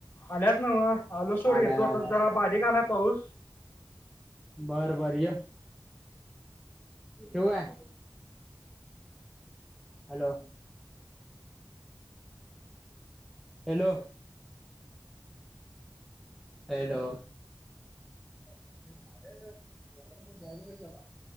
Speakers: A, on the left; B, in the centre.
A: आल्यात नंव आलो सोड
B: आल्या
A: येतो आता
B: आल्या
A: जरा बारीक आलाय पाऊस.
B: बर बर इ की. ठेऊ काय. हॅलो! हॅलो! हॅलो! तेला <inaudible>